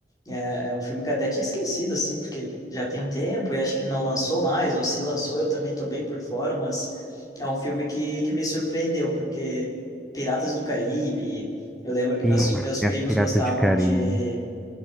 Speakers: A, on the left; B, in the centre.
A: É, é um filme que eu até tinha esquecido, assim, porque já tem um tempo e acho que não lançou mais, ou se lançou eu também tô bem por fora, mas é um filme que, que me surpreendeu, porque Piratas do Caribe, eu lembro que meus,
B: Eita,
A: meus primos
B: Piratas
A: gostavam
B: do Caribe.
A: de